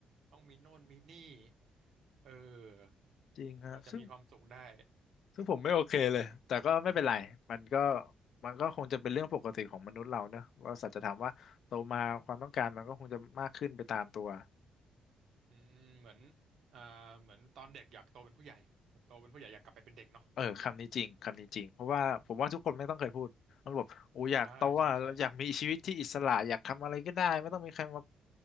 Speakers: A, on the right; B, on the left.
A: ต้องมีโน่นมีนี่เออ
B: จริงครับซึ่ง
A: กว่าจะมีความสุขได้
B: ซึ่งผมไม่โอเคเลยแต่ก็ไม่เป็นไรมันก็มันก็คงจะเป็นเรื่องปกติของมนุษย์เราเนอะว่าสัจธรรมว่าโตมาความต้องการมันก็คงจะมากขึ้นไปตามตัว
A: อืมเหมือนอ่าเหมือนตอนเด็กอยากโตเป็นผู้ใหญ่โตเป็นผู้ใหญ่อยากกลับไปเป็นเด็กเนาะ
B: เออคำนี้จริงคำนี้จริงเพราะว่าผมว่าทุกคนไม่ต้องเคยพูดมันบอกโอ้อยากโตอ่ะอยากมีชีวิตที่อิสระอยากทำอะไรก็ได้ไม่ต้องมีใครมา
A: อ่าใช่ใช่